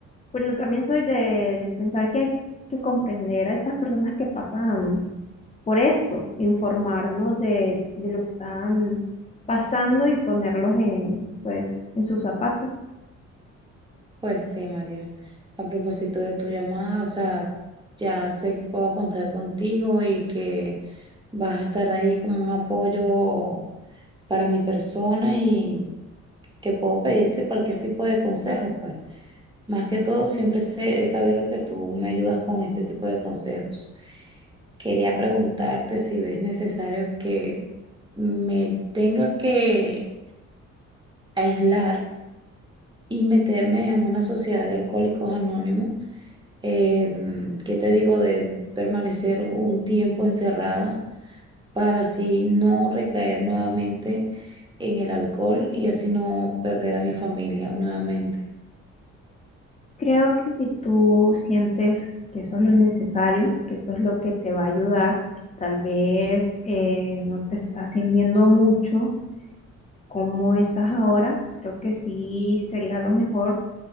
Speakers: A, on the left (about 25°); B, on the right (about 15°).
A: Bueno, también soy de, del pensar que hay que comprender a estas personas que pasan por esto, informarnos de, de lo que están pasando y ponerlos en, pues, en sus zapatos.
B: Pues sí, María. A propósito de tu llamada, o sea, ya sé que puedo contar contigo y que vas a estar ahí como un apoyo para mi persona y que puedo pedirte cualquier tipo de consejo, pues. Más que todo, siempre sé- he sabido que tú me ayudas con este tipo de consejos. Quería preguntarte si ves necesario que me tenga que aislar y meterme en una sociedad de alcohólicos anónimos, eh, mm, ¿qué te digo? De permanecer un tiempo encerrada para así no recaer nuevamente en el alcohol y así no perder a mi familia nuevamente.
A: Creo que si tú sientes que eso es lo necesario, que eso es lo que te va a ayudar, que tal vez eh, no te está sirviendo mucho como estás ahora, creo que sí sería lo mejor